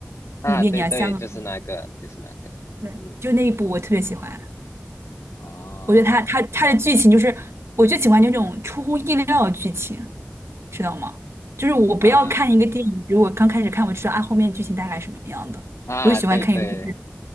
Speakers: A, on the left (about 85°); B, on the right (about 70°).
A: 啊，
B: 里面演香港，
A: 对对，就是那个，就是那个，
B: 对，
A: 嗯，
B: 就那一部我特别喜欢，
A: 哦，
B: 我觉得他他他的剧情就是我就喜欢那种出乎意料的剧情，
A: 那个，
B: 知道吗？就是我不要看一个电影，
A: 啊
B: 比如我刚开始看，我知道啊后面剧情大概什么样的，
A: 啊，
B: 我就喜欢看一个。
A: 对对
B: 就是。